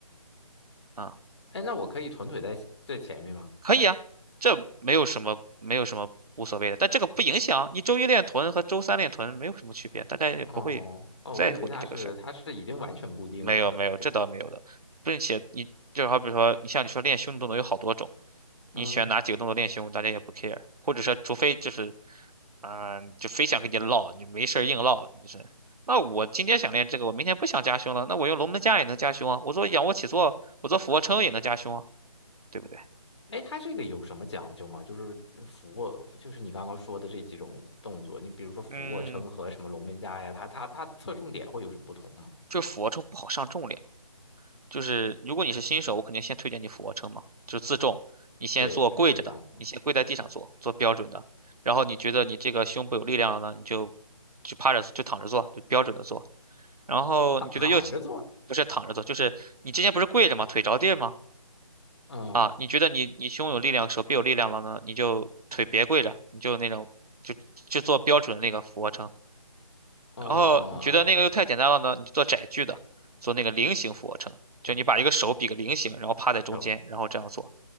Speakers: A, on the right; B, on the left.
A: 啊，
B: 哎，那我可以臀腿在在前面吗？
A: 可以啊，这没有什么没有什么无所谓的，但这个不影响你周一练臀和周三练臀没有什么区别，大家也不会在乎你这个事儿。
B: 哦哦，我以为它是它是已经完全固定了呢。
A: 没有没有，这倒没有的，
B: 是
A: 并且你就好比说，你像你说练胸的动作有好多种，你选哪几个动作练胸，
B: 嗯，
A: 大家也不 care，或者说除非就是，嗯、就非想跟你唠，你没事儿硬唠，你是，那我今天想练这个，我明天不想加胸了，那我用龙门架也能加胸啊，我做仰卧起坐，我做俯卧撑也能加胸啊，对不对？
B: 哎，它这个有什么讲究吗？就是俯卧，就是你刚刚说的这几种动作，你比如说俯卧撑和什么龙门架呀，
A: 嗯，
B: 它它它侧重点会有什么不同吗？
A: 就俯卧撑不好上重量。就是如果你是新手，
B: 哦，上重点。
A: 我肯定先推荐你俯卧撑嘛，就是自重，你先做跪着的，
B: 对对，这种
A: 你先跪在地上做，做标准的。然后你觉得你这个胸部有力量了呢，你就就趴着就躺着做，就标准的做。然后你觉得又
B: 他躺躺着做，
A: 不是躺着做，就是你之前不是跪着吗？腿着地吗？
B: 嗯。
A: 啊，你觉得你你胸有力量，手臂有力量了呢，你就腿别跪着，你就那种就就做标准的那个俯卧撑。
B: 哦哦哦哦，
A: 然后你觉得那个又太简单了呢，你就做窄距的，做那个菱形俯卧撑，就你把一个手比个菱形，
B: 感
A: 然后趴在中间，
B: 手。
A: 然后这样做